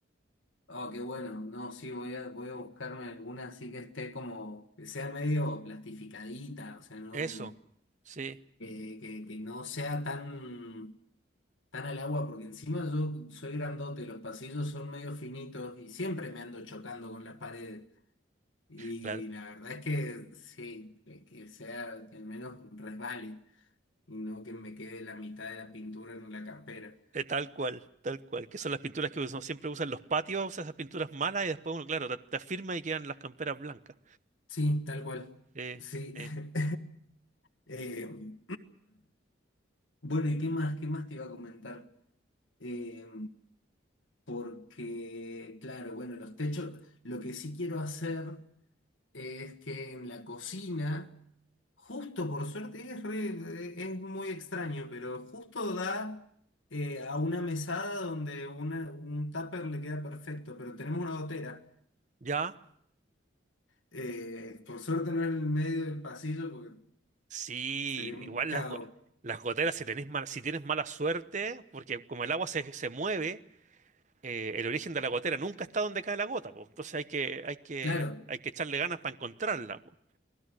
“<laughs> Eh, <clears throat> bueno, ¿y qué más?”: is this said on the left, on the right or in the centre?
Left